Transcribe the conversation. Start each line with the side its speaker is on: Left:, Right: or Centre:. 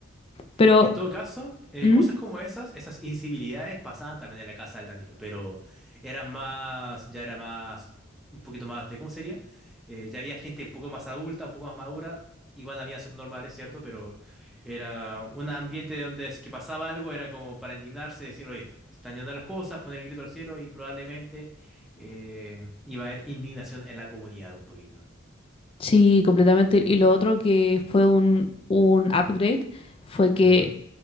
Left: Pero...
Centre: En todo caso, eh,
Left: ¿Mm?
Centre: cosas como esas, esas incivilidades pasaban también en la casa del Danilo, pero eran más, ya era más, un poquito más de, ¿cómo sería? Eh, ya había gente un poco más adulta, un poco más madura, igual había subnormales, ¿cierto? Pero era un ambiente donde es que pasaba algo, era como para indignarse, decir, oye, se están yendo las cosas, poner el grito al cielo y probablemente eh, iba a haber indignación en la comunidad un poquito.
Left: Sí, completamente. Y lo otro que fue un, un upgrade fue que
Centre: Ujú,